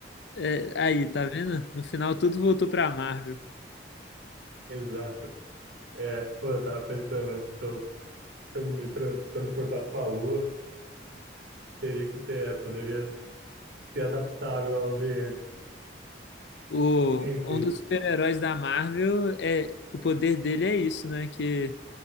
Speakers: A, on the left; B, on the right.
A: É, aí, tá vendo? No final, tudo voltou pra Marvel.
B: Exato. É, pô, eu tava pensando, né? Se eu, se eu me tran- transportasse pra Lua, teria que ter, é, poderia ser adaptável ao ambiente.
A: O,
B: Enfim,
A: um dos super-heróis da Marvel é o poder dele é isso, né? Que